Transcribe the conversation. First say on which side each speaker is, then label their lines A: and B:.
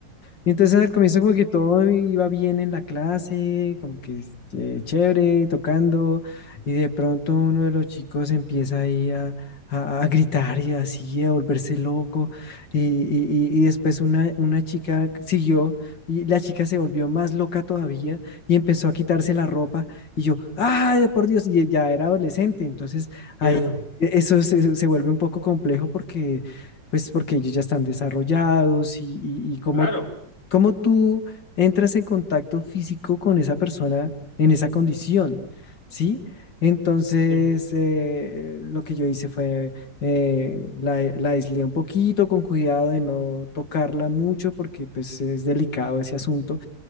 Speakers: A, on the left; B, on the left.
A: Y entonces al comienzo como que todo iba bien en la clase, como que eh, chévere, tocando, y de pronto uno de los chicos empieza ahí a, a- a gritar y así, a volverse loco, y, y- y- y después una, una chica siguió, y la chica se volvió más loca todavía, y empezó a quitarse la ropa, y yo, ¡ay, por Dios! Y ya era adolescente, entonces ahí
B: Claro,
A: eso se se vuelve un poco complejo porque pues porque ellos ya están desarrollados y, y, y cómo
B: Claro.
A: ¿Cómo tú entras en contacto físico con esa persona en esa condición? ¿Sí? Entonces,
B: sí.
A: eh, lo que yo hice fue, eh, la, la aislé un poquito con cuidado de no tocarla mucho porque pues es delicado ese asunto